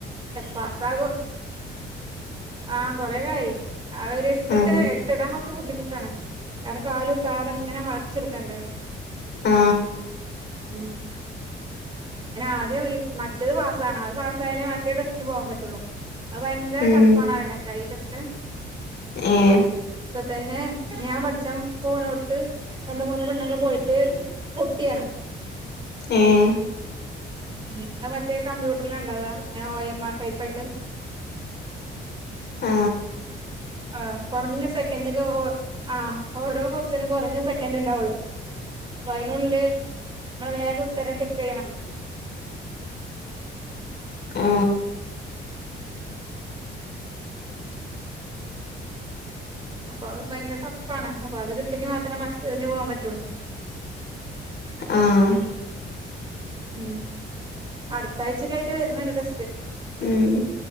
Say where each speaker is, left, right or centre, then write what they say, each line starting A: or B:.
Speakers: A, on the right; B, on the left.
A: എ പ്പാസാകോ? ആഹ് കൊറെകായി ആഹ് ഒര്ട്ടിട്ട്
B: ആഹ്
A: എട്ടിടാൻ കുറച്ച് ബുദ്ധിമുട്ടാണ് ത്താതെ കാലുത്താതെ ഇങ്ങനെ വളച്ചെടുക്കണ്ടേ
B: ആ
A: ഉം പിന്നാദ്യം മറ്റത് പാസ്സ ആണം. അത് പാസ്സായാലേ മറ്റേ ടെസ്റ്റിന് പോകാൻ പറ്റുള്ളു അത് ഭയങ്കര
B: ഉം
A: ടഫ് ആണാറിണേക്കാ ഈ ജടെസ്റ്റ്
B: ഏഹ്
A: ഇപ്പൊ തന്നെ ഞാൻ പഠിച്ചാൻ ഫോണോട്ത്ത് രണ്ട് മൂന്ന് പെണ്ണ്ങ്ങള് പോയിട്ട് പൊട്ടിയാ
B: ഏഹ്
A: ഉ അ മറ്റേ കമ്പ്യൂട്ടറിലണ്ടാവ ങ്ങനെ ഒ എം ആർ ടൈപ്പായിട്ട്
B: ആ
A: ആ കുറഞ്ഞ സെക്കൻഡക്ക ആ ഓരോ കൊസ്റ്റനും കുറഞ്ഞ സെക്കൻ ണ്ടാവുള്ളൂ പ്പയനുള്ളില് നമ്മള് വേഗം ഉത്തരം ടിക്കെയ്യണം
B: ആ
A: അപ്പൊ അത് ഭയങ്കര ടഫ്ഫാണ് അപ്പൊ അതിട്ടെങ്കി മാത്രം ഇയ്ന് പോവാൻ പറ്റുള്ളൂ
B: ആഹ്
A: ഉം അടുത്ത ആഴ്ചക്കായിട്ട് വരുന്നണ്ട് ടെസ്റ്റ്
B: ഉം